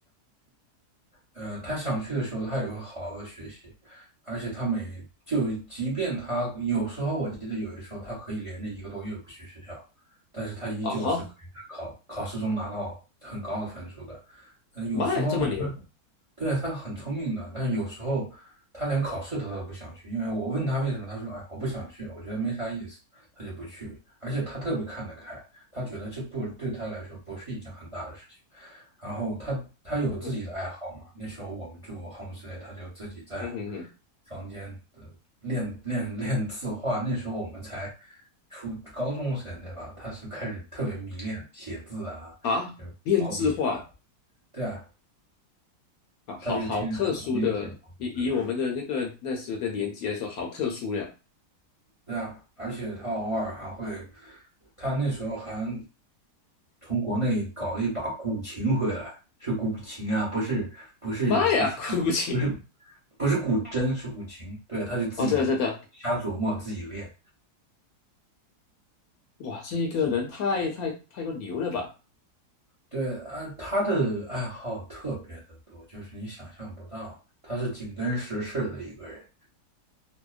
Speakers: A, on the right; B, on the left.
A: 呃他想去的时候他也会好好学习，而且他每就即便他有时候我记得有的时候他可以连着一个多月不去学校，但是他依旧是可以在考考试中拿到很高的分数的，
B: 啊哈，
A: 嗯，有时候呢。
B: 妈呀，这么牛！
A: 对，他很聪明的，但是有时候他连考试都他都不想去，因为我问他为什么，他说：“哎，我不想去，我觉得没啥意思。”他就不去，而且他特别看得开，他觉得这不对他来说不是一件很大的事情。然后他他有自己的爱好嘛，
B: 嗯哼，
A: 那时候我们住 homestay，他就自己在
B: 嗯哼哼，
A: 房间的练练练字画。那时候我们才初高中生，对吧？他是开始特别迷恋写字啊，
B: 啊，
A: 就是毛笔字
B: 编制化
A: 对啊。
B: 啊，好好特殊的，
A: 他就天天在房间写房子，
B: 以以我们的那个那时的年纪来说，好特殊呀！
A: 对啊，而且他偶尔还会，他那时候还从国内搞了一把古琴回来，是古琴啊，不是不是不是
B: 妈呀，哭泣！
A: 不是不是古筝，是古琴，对，他就自己瞎琢磨，
B: 哦，真的真的，
A: 自己练。
B: 哇，这个人太太太过牛了吧？
A: 是，对，啊，他的爱好特别的多，就是你想象不到，他是紧跟时事的一个人，